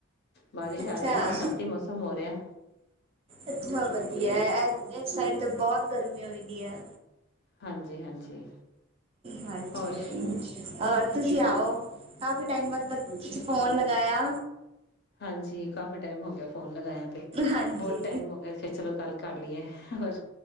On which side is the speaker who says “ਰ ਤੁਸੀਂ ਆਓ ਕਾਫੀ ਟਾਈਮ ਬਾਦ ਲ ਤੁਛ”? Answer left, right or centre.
Right